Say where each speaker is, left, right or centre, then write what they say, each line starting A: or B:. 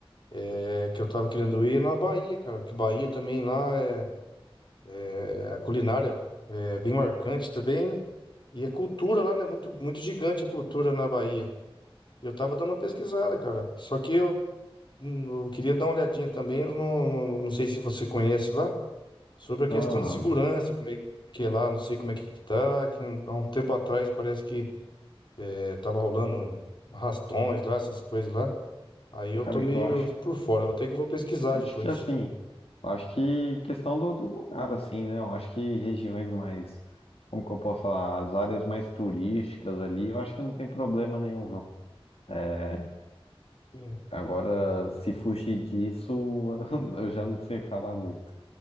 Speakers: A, on the left; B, on the left.
A: é, que eu estava querendo ir é na Bahia, cara, porque Bahia também lá é, é, a culinária é bem marcante também, né? E a cultura lá, né? Muito, muito gigante a cultura na Bahia. Eu tava dando uma pesquisada, cara. Só que eu, hum, eu queria dar uma olhadinha também, eu não, não, não sei se você conhece lá sobre a questão
B: Aham.
A: de segurança, como é que é lá, não sei como é que tá, que um- há um tempo atrás parece que eh, tava rolando rastões lá, essas coisas lá. Aí eu
B: Cara,
A: tô meio
B: que eu acho
A: por fora, eu até que vou pesquisar
B: Acho
A: depois.
B: que assim, acho que questão do, do lugar, assim, né? Eu acho que regiões mais, como que eu posso falar, as áreas mais turísticas ali, eu acho que não tem problema nenhum, não. É,
A: Sim.
B: agora, se fugir disso, <laughs> eu já não sei falar muito.